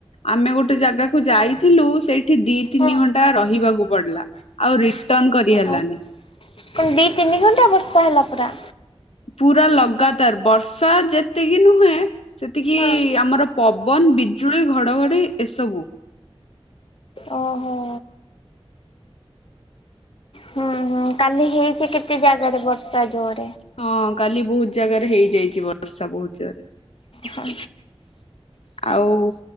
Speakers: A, on the left (about 85°); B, on the left (about 60°).
A: ଆମେ ଗୋଟେ ଜାଗା କୁ ଯାଇଥିଲୁ
B: ହଁ
A: ସେଇଠି ଦି ତିନି
B: ହଁ
A: ଘଣ୍ଟା ରହିବାକୁ ପଡିଲା ଆଉ ରିଟର୍ଣ କରି
B: ଓହୋ।
A: ହେଲାନି।
B: କଣ ଦି ତିନି ଘଣ୍ଟା ବର୍ଷା ହେଲା ପୁରା।
A: ପୁରା ଲଗାତାର ବର୍ଷା ଯେତିକି ନୁହେଁ ସେତିକି
B: ହଁ
A: ଆମର ପବନ ବିଜୁଳି ଘଡ଼ଘଡ଼ି ଏସବୁ।
B: ଓହୋ। ହୁଁ ହୁଁ କାଲି ହେଇଛି କେତେ ଜାଗାରେ ବର୍ଷା ଯୋରେ।
A: ହଁ କାଲି ବହୁତ ଜାଗାରେ ହେଇଯାଇଛି ବର୍ଷା ବହୁତ ଜୋରେ।
B: ହଁ
A: ଆଉ